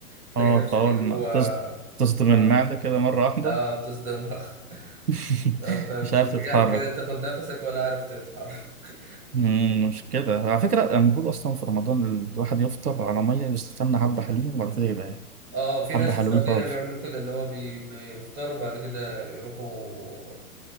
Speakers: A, on the right; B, on the right.
A: بتلاقي
B: اه
A: نفسك
B: فاول
A: اللي
B: ما
A: هو
B: بتص- تصدم
A: اه,
B: المعده كده مره واحده
A: آه بتصدمها
B: <laughs>
A: <laughs> فبتبقى
B: مش عارف تتحرك
A: قاعد مش قادر تاخد نفسك ولا عارف تتحرك
B: مم، مش كده على فكره المفروض اصلا في رمضان الواحد يفطر على ميه يستنى حبه حلوين وبعد كده يبقى ياكل.
A: <laughs> اه في
B: حبه
A: ناس في
B: حلوين
A: السعودية
B: خالص
A: بيعملوا كده اللي هو بي... بيفطروا بعد كده يروحوا